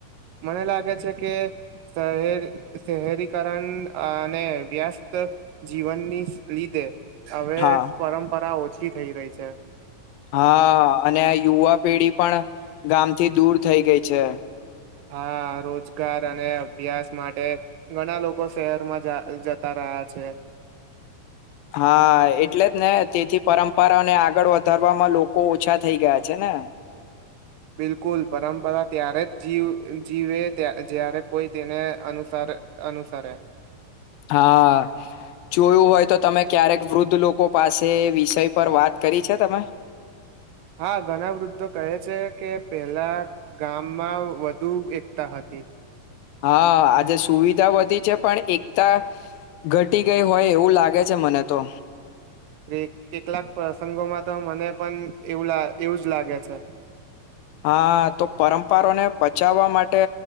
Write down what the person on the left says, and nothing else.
હા
હા અને યુવા પેઢી પણ ગામથી દૂર થઈ ગઈ છે.
હા એટલે જ ને તેથી પરંપરાને આગળ વધારવામાં લોકો ઓછા થઈ ગયા છે ને
હા જોયું હોય તો તમે ક્યારેક વૃદ્ધ લોકો પાસે વિષય પર વાત કરી છે તમે
હા આજે સુવિધા વધી છે પણ એકતા ઘટી ગઈ હોય એવું લાગે છે મને તો
હા તો પરંપરોને બચાવવા માટે